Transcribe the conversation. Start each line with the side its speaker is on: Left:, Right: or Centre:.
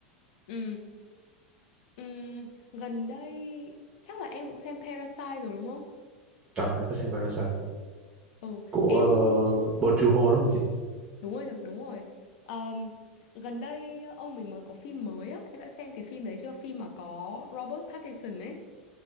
Left: ừ ừ gần đây chắc là em cũng xem Parasite rồi đúng không
Right: đó em có xem Parasite
Left: ừ
Right: của
Left: em
Right: uh, Bong Joon-ho đúng không chị
Left: Đúng rồi, đúng rồi. Ờm, gần đây ông mình mới có phim mới á, em đã xem cái phim đấy chưa? Phim mà có Robert Pattinson ấy.